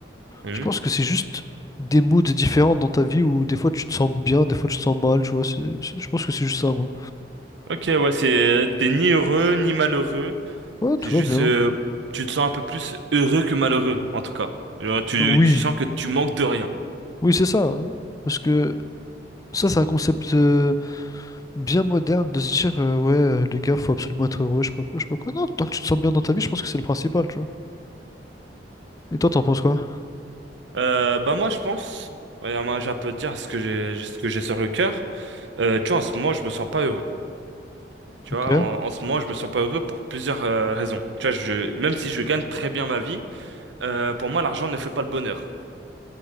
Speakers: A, on the right; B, on the left.
A: Mmh.
B: Je pense que c'est juste des moods différents dans ta vie où des fois tu te sens bien, des fois tu te sens mal, tu vois. c'est- c'est- je pense que c'est juste ça, moi.
A: Ok, ouais, c'est t'es ni heureux ni malheureux.
B: Ouais, tout
A: C'est juste,
B: va bien.
A: euh, tu te sens un peu plus heureux que malheureux, en tout cas. Genre, tu,
B: Oui,
A: tu sens que tu manques de rien.
B: oui, c'est ça. Parce que ça, c'est un concept euh, bien moderne de se dire, euh, ouais, euh, les gars, faut absolument être heureux, je sais pas quoi, je sais pas quoi. Non, tant que tu te sens bien dans ta vie, je pense que c'est le principal, tu vois. Et toi, t'en penses quoi?
A: Euh, bah moi, je pense, ouais, moi, j'ai un peu de dire ce que j'ai, ce que j'ai sur le cœur. Euh, tu vois, en ce moment, je me sens pas heureux. Tu
B: Ok.
A: vois, en, en ce moment, je me sens pas heureux pour plusieurs euh, raisons. Tu vois, je, même si je gagne très bien ma vie, euh, pour moi, l'argent ne fait pas le bonheur.